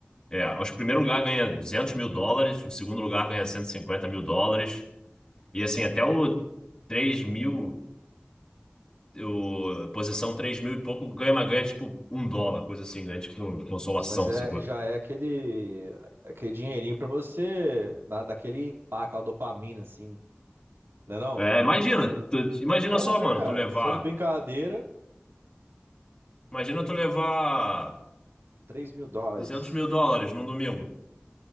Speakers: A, on the left; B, on the right.
A: É, acho que o primeiro lugar ganha 200 mil dólares, o segundo lugar ganha 150 mil dólares. E assim, até o 3 mil o, posição 3 mil e pouco ganha, mas ganha tipo um dólar, coisa assim, ganha tipo consolação,
B: Nossa, mas é,
A: sacou?
B: já é aquele aquele dinheirinho pra você, na, daquele pá, aquela dopamina assim, né não?
A: É, imagina, tu- imagina
B: Bom,
A: só,
B: né,
A: mano,
B: cara?
A: tu levar.
B: Só de brincadeira,
A: Imagina tu levar
B: três mil dólares.
A: 200 mil dólares num domingo.